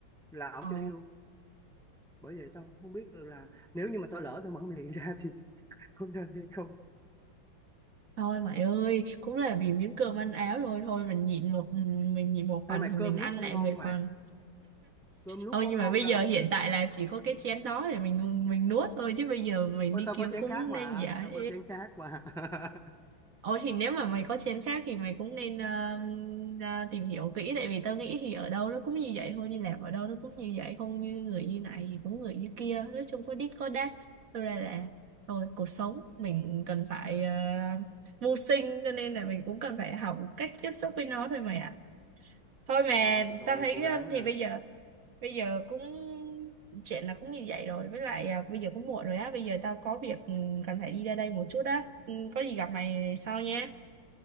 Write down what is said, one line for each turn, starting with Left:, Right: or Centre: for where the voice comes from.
Centre: là ổng
Right: ờ
Centre: cho đi luôn bởi vậy tao không biết được là nếu như mà tao lỡ tao mở miệng ra thì <laughs> có nên hay không
Right: Thôi mày ơi, cũng là vì miếng cơm ăn áo thôi thôi mình nhịn một ừ, mình nhịn một phần
Centre: Ê mày
Right: thì mình
Centre: cơm
Right: ăn
Centre: nuốt không
Right: lại
Centre: ngon
Right: 10
Centre: mày
Right: phần.
Centre: cơm nuốt
Right: Ôi
Centre: có
Right: nhưng
Centre: ngon
Right: mà bây
Centre: đâu
Right: giờ hiện tại là chỉ có cái chén đó để mình mình nuốt thôi chứ bây giờ mình
Centre: Ôi
Right: đi
Centre: tao
Right: kiếm
Centre: có chén
Right: cũng
Centre: khác mà,
Right: nên dễ
Centre: tao có chén khác mà. <laughs>
Right: Ồ thì nếu mà mày có chén khác thì mày cũng nên ờ, ra tìm hiểu kỹ tại vì tao nghĩ thì ở đâu nó cũng như vậy thôi đi làm ở đâu nó cũng như vậy không như người như này thì cũng người như kia nói chung có đít có đát Thật ra là thôi cuộc sống mình cần phải ờ, mưu sinh cho nên là mình cũng cần phải học cách tiếp xúc với nó thôi mày ạ thôi mà
Centre: Ờ thì thôi
Right: tao thấy
Centre: cố gắng
Right: ờ,
Centre: ha.
Right: thì bây giờ bây giờ cũng chuyện là cũng như vậy rồi với lại à, bây giờ cũng muộn rồi á bây giờ tao có việc ừ, cần phải đi ra đây một chút á Ừ, có gì gặp mày sau nha